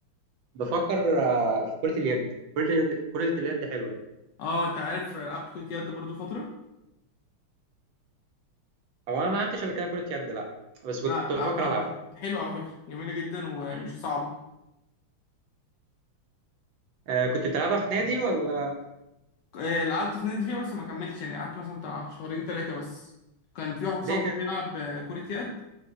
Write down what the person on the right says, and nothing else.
بفكر آه، في كرة اليد كرة اليد كرة اليد حلوة
هو أنا ما لعبتش قبل كده كرة يد لا بس
كنت بفكر
ألعب
مم.
آه كنت بتلعبها في نادي ولا
ليه كده؟